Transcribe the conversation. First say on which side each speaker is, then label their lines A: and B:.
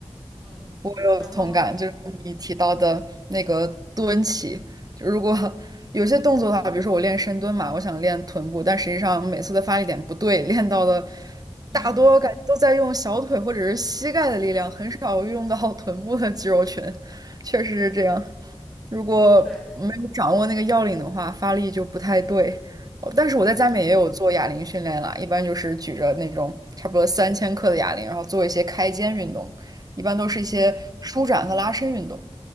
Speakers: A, in the centre; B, on the right (about 35°).
A: 嗯，
B: 我有同感，
A: 然后
B: 就是你提到的那个蹲起，就如果有些动作的话，比如说我练深蹲嘛，我想练臀部，但实际上每次的发力点不对，练到的
A: 嗯，
B: 大多感觉都在用小腿或者是膝盖的力量，很少用到 <laughs> 臀部的肌肉群，确实是这样。如果没有掌握那个要领的话，
A: 对。
B: 发力就不太对。哦但是我在家里面也有做哑铃训练啦，
A: 嗯
B: 一般就是举着那种差不多三千克的哑铃，然后做一些开肩运动。一般都是一些舒展和拉伸运动。
A: 嗯